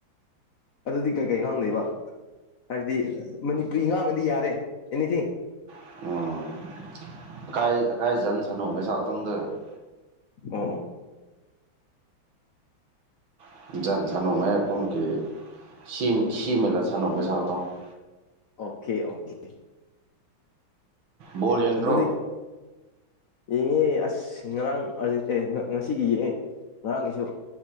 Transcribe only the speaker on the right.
<unintelligible>
<unintelligible>
ꯕꯣꯜ ꯌꯦꯡꯗ꯭ꯔꯣ